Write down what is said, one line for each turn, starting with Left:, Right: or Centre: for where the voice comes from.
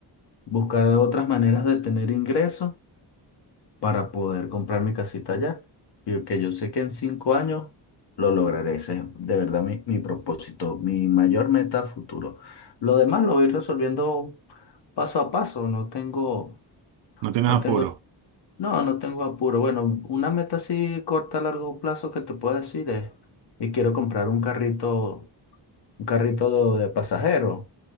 Left: buscar otras maneras de tener ingresos para poder comprar mi casita allá. Y que yo sé que en cinco años lo lograré. Ese es de verdad mi, mi propósito, mi mayor meta a futuro. Lo demás lo voy resolviendo paso a paso. No tengo,
Right: ¿No tienes
Left: no
Right: apuro?
Left: tengo, no, no tengo apuro. Bueno, una meta así corta a largo plazo que te puedo decir es, y quiero comprar un carrito Un carrito de, de pasajero.